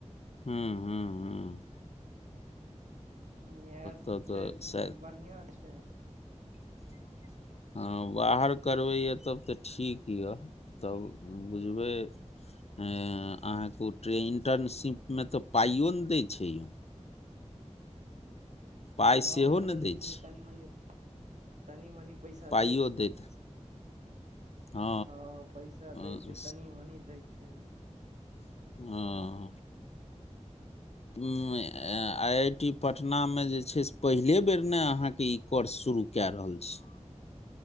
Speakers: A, on the left; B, on the right.
A: हँ हँ हँ
B: इएहसभ
A: तब तऽ
B: छै
A: शायद
B: बढ़िआँ छै
A: <inaudible> हँ बाहर करबैए तब तऽ ठीक यए तब बुझबै अहाँके ओ ट्रे इंटर्नशिपमे तऽ पाइओ नहि दै छै यौ पाइ
B: हँ
A: सेहो
B: इंटर्नशिपमे
A: ने दै छै
B: तनी मनी तनी मनी पैसा
A: पाइयो
B: दै छै
A: दैत हँ
B: हं पैसा दै
A: अ-
B: छै तनी मनी दै छै ओहिमे
A: हं उं ए आ आइ आइ टी पटनामे जे छै से पहिले बेर ने अहाँके ई कोर्स शुरू कए रहल छी <inaudible>